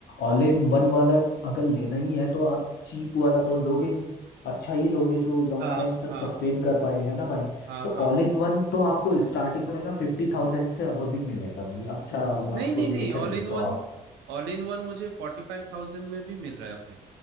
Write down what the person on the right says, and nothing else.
हाँ
हाँ
हाँ
हाँ
नहीं
नहीं नहीं
all
in one
all in one मुझे फोर्टी फाइव थाउजेंड में भी मिल रहा है भाई